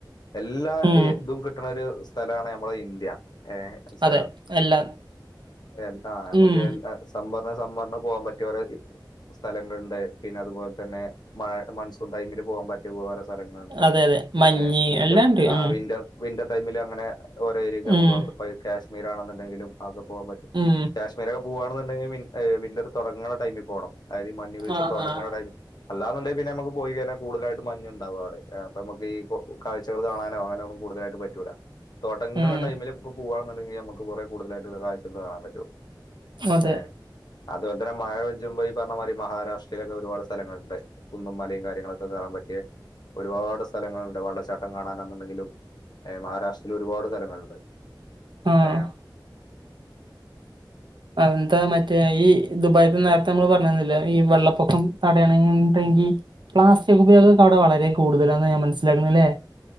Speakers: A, on the left (about 60°); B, on the right (about 70°).
A: എല്ലാ
B: ഉം.
A: ഇതും കിട്ടണ ഒരു സ്ഥലാണ് നമ്മളെ ഇന്ത്യ. ഏഹ് മനസ്സിലായോ?
B: അതെ. എല്ലാം
A: എൽ ആഹ് നമ്മക്ക്
B: ഉം.
A: സമ്മറിന് സമ്മറിന് പോവാൻ പറ്റിയവരെ സ്ഥലങ്ങള്ണ്ട്. പിന്നെ അതുപോലെ തന്നെ മഴ മൺസൂൺ ടൈമിൽ പോകാൻ പറ്റി റ്റ് പോവാന് സ്ഥലങ്ങള്ണ്ട്.
B: അതെ അതെ. മഞ്ഞ്
A: ഏഹ്? വിന്റോ
B: എല്ലാം ഉണ്ട്.
A: ആഹ്
B: ഉം.
A: വിന്റോ വിന്റർ ടൈമില് അങ്ങനെ ഓരോ ഏര്യൊക്കെ അമ്മക്ക്
B: ഉം.
A: കാശ്മീർ ആണെന്ന്ണ്ടെങ്കിലും അതൊക്കെ പോവാൻ പറ്റും.
B: ഉം.
A: ഇവരൊക്കെ പോവാണെന്നുണ്ടെങ്കിൽ വി ഈഹ് വിന്റർ തൊടങ്ങണ ടൈമി പോണം. അതായത് മഞ്ഞ് വീഴ്ച്ച
B: ആഹ്
A: തൊടങ്ങണ
B: ആഹ്
A: ടൈമിൽ അല്ലാന്ന്ണ്ടെങ്കിൽ പിന്നെ നമുക്ക് പോയി കഴിഞ്ഞാ കൂടുതലായിട്ട് മഞ്ഞുണ്ടാവു അവിടെ. ഈഹ് അപ്പൊ നമുക്കീ കോ കാഴ്ചകള് കാണാനോ അങ്ങനൊന്നും കൂടുതലായിട്ട് പറ്റൂല്ല. തൊടങ്ങണ
B: ഉം
A: ടൈമില് നമുക്ക് പോവാന്നുണ്ടെങ്കിൽ നമുക് ക് കൊറെ കൂടുതലായിട്ട്ള്ള കാഴ്ചകള് കാണാൻ പറ്റൂ.
B: അതെ
A: ഏഹ്. അതുപോലെ തന്നെ മഴ പെജ്ജുമ്പോ ഈ പറഞ്ഞ മാതിരി മഹാരാഷ്ട്രയിലൊക്കെ ഒരുപാട് സ്ഥലങ്ങള്ണ്ട്. കുന്നും മലയും കാര്യങ്ങളൊക്കെ കേറാൻ പറ്റിയ ഒരുപാട് സ്ഥലങ്ങള്ണ്ട്. വെള്ളച്ചാട്ടം കാണാനാന്ന്ണ്ടെങ്കിലും ഏഹ് മഹാരാഷ്ട്രയിലൊരുപാട് സ്ഥലങ്ങള്ണ്ട്.
B: ആഹ്
A: ഏഹ്.
B: അതെന്താ മറ്റേ ഈ ദുബായിത്തെ നേരത്തെ നമ്മള് പറഞ്ഞിരുന്നില്ലേ, ഈ വെള്ളപ്പൊക്കം തടയണന്ന്ണ്ടെങ്കി പ്ലാസ്റ്റിക് ഉപയോഗൊക്കെ അവിടെ വളരെ കൂടുതലാന്നാ ഞാൻ മനസ്സിലാക്കണെ, അല്ലേ?